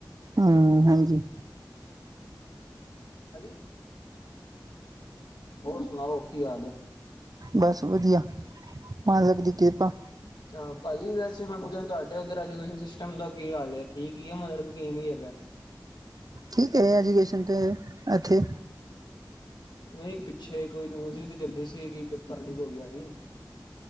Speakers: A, on the right (about 55°); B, on the left (about 70°).
A: ਹਮ ਹਾਂਜੀ।
B: ਹਾਲ <inaudible> ਹੋਰ ਸੁਣਾਓ ਕੀ ਹਾਲ ਹੈ।
A: ਬਸ ਵਧੀਆ ਮਾਲਕ ਦੀ ਕਿਰਪਾ।
B: ਚ ਭਾਜੀ ਵੈਸੇ ਮੈਂ ਪੁੱਛਿਆ ਤੁਹਾਡੇ ਉੱਧਰ ਐਜੂਕੇਸ਼ਨ ਸਿਸਟਮ ਦਾ ਕੀ ਹਾਲ ਹੈ ਠੀਕ ਹੀ ਹੈ ਮਤਲਬ ਕਿਵੇਂ ਹੈਗਾ
A: ਠੀਕ ਹੈ ਐਜੂਕੇਸ਼ਨ ਤੇ ਐਥੇ
B: ਨਹੀਂ ਪਿੱਛੇ ਕੋਈ ਨਿਊਜ ਵੀ ਤੇ ਚੱਲਦੀ ਸੀ ਕਿ ਪੇਪਰ ਲੀਕ ਹੋ ਗਿਆ ਸੀ